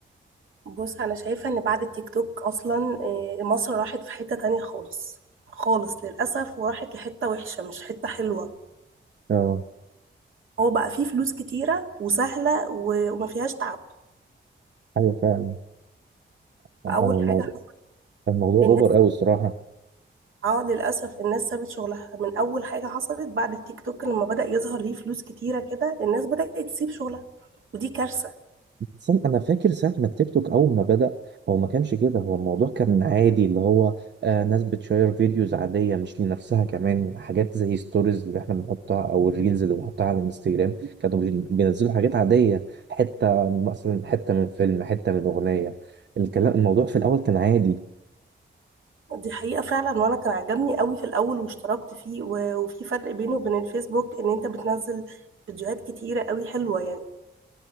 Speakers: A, on the right; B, on the right.
A: بص انا شايفه ان بعد التيك توك اصلا آه، مصر راحت في حته تانية خالص خالص للاسف وراحت لحته وحشه مش حته حلوه
B: اه
A: هو بقى فيه فلوس كتيره وسهله و- وما فيهاش تعب
B: ايوه فعلا
A: فاول
B: انا الموضوع
A: حاجه حص-
B: الموضوع
A: الناس
B: اوفر قوي الصراحه
A: اه للاسف الناس سابت شغلها من اول حاجه حصلت بعد التيك توك لما بدا يظهر ليه فلوس كتيره كده الناس بدات تسيب شغلها ودي كارثه
B: بس انا أنا فاكر ساعه ما التيك توك اول ما بدا هو ما كانش كده هو الموضوع كان عادي اللي هو آه ناس بتشير فيديوز عاديه مش لنفسها كمان حاجات زي ستوريز اللي احنا بنحطها او الريلز اللي بنحطها على الانستجرام كانوا بين- بينزلوا حاجات عاديه حته مثلا حته من فيلم حته من اغنيه الكلام الموضوع في الاول كان عادي
A: دي حقيقه فعلا وانا كان عجبني قوي في الاول واشتركت فيه و- وفي فرق بينه وبين الفيسبوك ان انت بتنزل فيديوهات كتيره قوي حلوه يعني